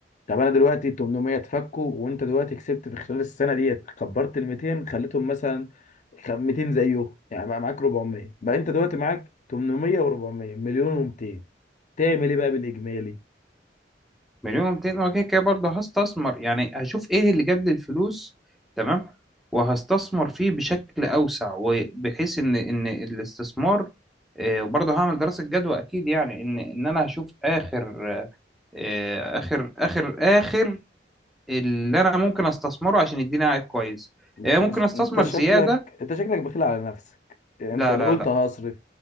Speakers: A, on the left; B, in the centre.
A: طب انا دلوقتي 800 اتفكوا وانت دلوقتي كسبت في خلال السنه ديت كبرت ال 200 خليتهم مثلا خ- 200 زيه يعني بقى معاك 400 بقى انت دلوقتي معاك 800 و400 مليون و200 تعمل ايه بقى بالاجمالي
B: مليون ومتين هو كده كده برضه هستثمر يعني هشوف ايه اللي جاب لي الفلوس تمام وهستثمر فيه بشكل اوسع وبحيث ان ان الاستثمار آه، وبرضه هعمل دراسة جدوى اكيد يعني ان ان انا هشوف اخر آه، آه، اخر اخر اخر اللي انا ممكن استثمره عشان يديني عائد كويس
A: لا
B: آه،
A: انت
B: ممكن استثمر
A: انت شكلك
B: زيادة
A: انت شكلك بخيل على نفسك يعني
B: لا
A: انت لا
B: لا
A: قلت
B: لا
A: هصرف